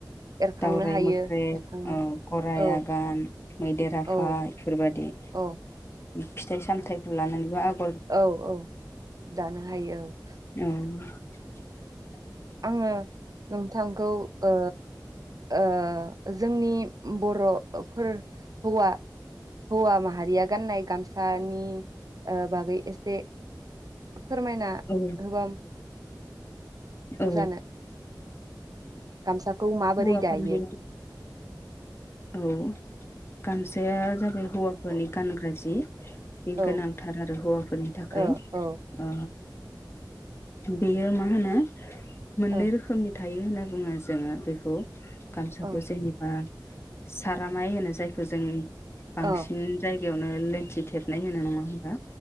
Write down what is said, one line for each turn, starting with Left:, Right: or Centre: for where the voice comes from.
Right: एरखांनो
Left: दावराय
Right: हायो
Left: मोख्रेब,
Right: एरखांनो
Left: ओ गराय
Right: औ
Left: आगान, मैदेर आफा
Right: औ
Left: एफोरबायदि।
Right: औ।
Left: फिथाइ सामथाइखौ लानानैबो आग
Right: औ औ दानो हायो औ।
Left: औ
Right: आङो नोंथांखौ ओ। ओ जोंनि बर'फोर हौवा हौवा माहारिया गाननाय गामसानि ओ बागै एसे फोरमायना
Left: औ
Right: होबा म
Left: औ
Right: गोजानो गामसाखौ माबोरै
Left: हौवाफोरनि
Right: दायो।
Left: औ गामसाया जाबाय हौवाफोरनि
Right: औ
Left: गानग्रा जि बे
Right: औ
Left: गोनांथार आरो हौवाफोरनि थाखाय।
Right: औ
Left: ओ बेयो मा होनो मोननै
Right: औ
Left: रोखोमनि था थायो होनना बुङो जोङो। बेखौ खौ गामसाखौ
Right: औ
Left: जेनेबा सारामाइ होनो जायखौ जों बांसिन
Right: औ
Left: जायगा यावनो लोंथि थेबनाय होनो नङा होनबा